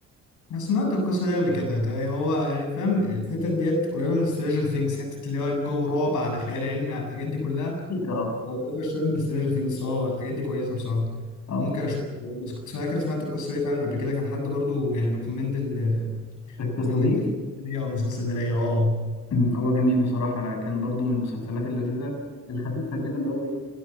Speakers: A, on the left; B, on the left.
A: انا سمعت القصه دي قبل كده تلاقي هو يعني فاهم الحته ديت قريبه من سترينجر ثينجز حته اللي هو جو رعب على خيال علمي على الحاجات دي كلها
B: اه
A: قريبه شويه من سترينجر ثينجز اه الحاجات دي كويسه بصراحه
B: اه
A: ممكن اشوف بس كنت فاكر سمعت القصه دي فعلا قبل كده كان حد برضو يعني ريكومند ال
B: القصة
A: ريكومند
B: دي
A: الفيلم ده ليا او المسلسل ده ليا اه
B: أمم، هو جميل بصراحة أنا كان برضو من المسلسلات اللذيذة الخفيفة كده اللي هو إيه